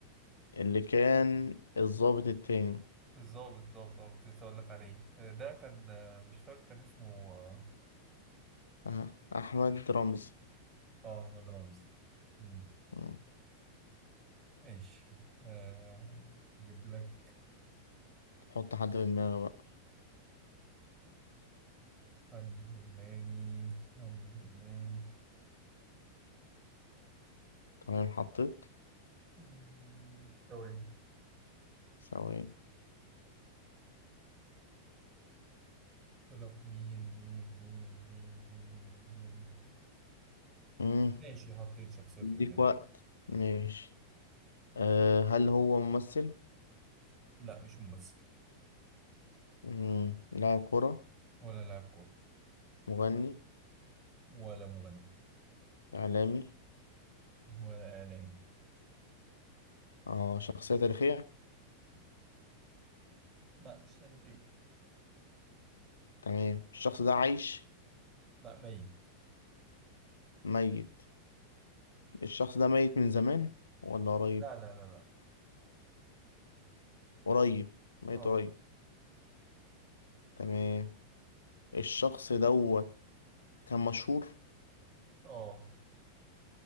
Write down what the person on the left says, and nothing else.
اللي كان الضابط التاني
آه. احمد رمزي
مم.
حط حد في دماغي بقى
تمام حطيت
ثواني
مم.
اديك
وقت ماشي آه هل هو ممثل
مم. لاعب كرة
مغني
إعلامي
اه شخصية تاريخية
تمام الشخص ده عايش
ميت الشخص ده ميت من زمان ولا قريب
قريب ميت
قريب تمام الشخص دوت كان مشهور